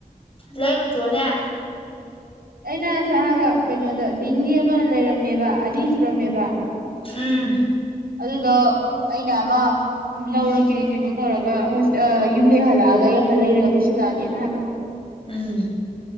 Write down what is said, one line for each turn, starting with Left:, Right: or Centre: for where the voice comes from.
Left: ꯂꯩꯔꯨꯆꯣꯅꯦ
Right: ꯑꯩꯅ ꯁꯥꯕ ꯀꯩꯅꯣꯗ ꯗꯤꯟꯒꯤ ꯑꯃ ꯂꯩꯔꯝꯃꯦꯕ ꯑꯅꯤ ꯁꯨꯔꯝꯃꯦꯕ
Left: ꯎꯝ
Right: ꯑꯗꯨꯗꯣ ꯑꯩꯅ ꯑꯃ ꯂꯧꯔꯒꯦ ꯀꯩꯅꯣ ꯇꯧꯔꯒ ꯌꯨꯝꯗꯩ ꯍꯜꯂꯛꯑꯒ ꯑꯩ ꯑꯃ ꯂꯩꯔꯒ ꯄꯤꯁꯤꯜꯂꯛꯑꯒꯦꯅ ꯍꯥꯏꯕ
Left: ꯎꯝ